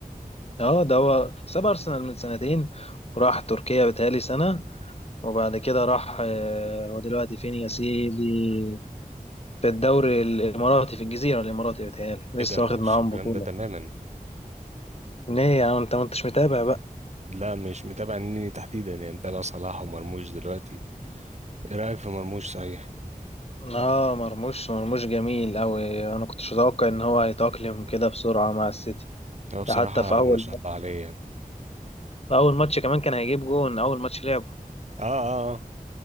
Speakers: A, on the left (about 40°); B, on the right (about 50°).
A: أه ده هو ساب أرسنال من سنتين وراح تركيا بتهيألي سنة وبعد كده راح آه، هو دلوقتي فين يا سيدي في الدوري الإماراتي في الجزيرة الإماراتي بتهيألي لسه
B: ايه ده ما
A: واخد
B: اعرفش
A: معاهم
B: الكلام
A: بطولة
B: ده تماما
A: ليه يا عم أنت ما أنتش متابع
B: لا مش متابع النني تحديدا يعني متابع صلاح ومرموش دلوقتي ايه رايك في مرموش صحيح
A: اه مرموش مرموش جميل قوي انا كنتش اتوقع ان هو هيتأقلم كده بسرعة مع السيتي
B: هو بصراحه
A: ده حتى في اول
B: ما شاء الله عليه يعني
A: في اول ماتش كمان كان هيجيب جون اول ماتش لعبه
B: اه اه آه.